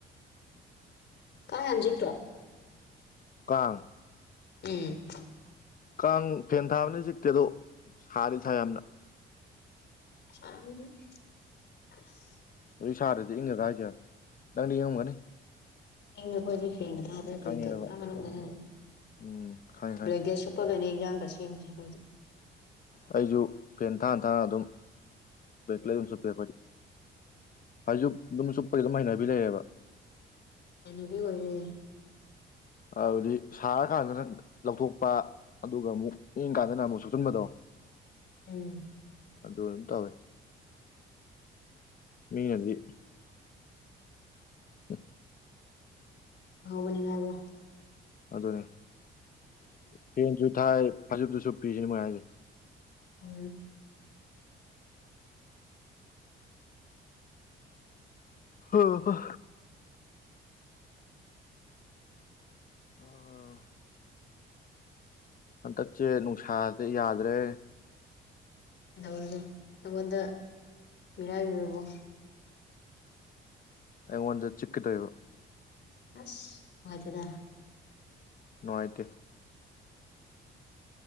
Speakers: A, on the left; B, on the left.
A: ꯀꯥꯡ ꯌꯥꯝ ꯆꯤꯛꯇ꯭ꯔꯣ
B: ꯀꯥꯡ
A: ꯎꯝ
B: ꯀꯥꯡ ꯐꯦꯟ ꯊꯥꯕꯅꯤ ꯆꯤꯛꯇꯦ ꯑꯗꯣ ꯁꯥꯗꯤ ꯁꯥꯏ ꯌꯥꯝꯅ
A: ꯁꯔꯝꯅꯔꯤ ꯑꯁ
B: ꯍꯨꯖꯤꯛ ꯁꯥꯗꯔꯥꯗꯤ ꯏꯪꯉꯒꯗ꯭ꯔꯥ ꯍꯥꯏꯖꯦ ꯅꯪꯗꯤ ꯏꯡꯉꯝꯒꯅꯤ
A: ꯏꯡꯉꯦ ꯑꯈꯣꯏꯗꯤ ꯐꯦꯟ ꯊꯗ꯭ꯔꯦ
B: ꯎꯝ ꯈꯪꯉꯦꯕ
A: ꯕ꯭ꯂꯦꯡꯀꯦꯠ ꯑꯥ ꯃꯅꯨꯡꯗꯥꯅꯤ
B: ꯎꯝ ꯈꯪꯉꯦ ꯈꯪꯉꯦ
A: ꯕ꯭ꯂꯦꯡꯀꯦꯠ ꯁꯨꯞ ꯐꯒꯅꯦ ꯏꯟꯖꯥꯡꯒ ꯁꯦꯝꯃꯤꯁꯦ ꯑꯩꯈꯣꯏꯗꯤ
B: ꯑꯩꯖꯨ ꯐꯦꯟ ꯊꯥꯅ ꯊꯥꯅ ꯑꯗꯨꯝ ꯕ꯭ꯔꯦꯡꯀꯂꯦꯠ ꯑꯗꯨꯝ ꯁꯨꯞꯄꯤ ꯑꯈꯣꯏꯗꯤ ꯐꯩꯖꯨꯞ ꯑꯗꯨꯝ ꯆꯨꯞꯄꯗꯤ ꯑꯗꯨꯝ ꯍꯩꯅꯕꯤ ꯂꯩꯌꯦꯕ
A: ꯍꯩꯅꯕꯤ ꯑꯣꯏꯔꯦ
B: ꯍꯥꯏꯕꯗꯤ ꯁꯥꯔꯀꯥꯟꯗꯅ ꯂꯧꯊꯣꯛꯄ ꯑꯗꯨꯒ ꯑꯃꯨꯛ ꯏꯡ ꯀꯥꯟꯗꯅ ꯑꯃꯨꯛ ꯁꯨꯞꯆꯤꯟꯕꯗꯣ
A: ꯎꯝ
B: ꯑꯗꯨ ꯑꯗꯨꯝ ꯇꯧꯋꯦ ꯃꯤꯅꯗꯤ <inaudible>
A: ꯍꯥꯎꯒꯅꯤ ꯍꯥꯏꯕꯣ
B: ꯑꯗꯨꯅꯤ ꯐꯦꯟꯖꯨ ꯊꯥꯏ ꯐꯩꯖꯨꯞꯁꯨ ꯁꯨꯞꯄꯤ ꯁꯤꯅꯦ ꯃꯣꯏ ꯍꯥꯏꯖꯦ
A: ꯎꯝ
B: ꯍꯣ ꯍꯥ ꯑꯥ ꯍꯟꯗꯛꯁꯦ ꯅꯨꯡꯁꯥꯥꯖꯦ ꯌꯥꯗ꯭ꯔꯦ
A: ꯀꯩꯗꯧꯔꯒꯦ ꯅꯪꯉꯣꯟꯗ ꯃꯤꯔꯥꯏꯕꯤꯔꯕꯣ
B: ꯑꯩꯉꯣꯟꯗ ꯆꯤꯛꯀꯦ ꯇꯧꯏꯕ
A: ꯑꯁ ꯅꯨꯡꯉꯥꯏꯇꯦꯗꯥ
B: ꯅꯨꯡꯉꯥꯏꯇꯦ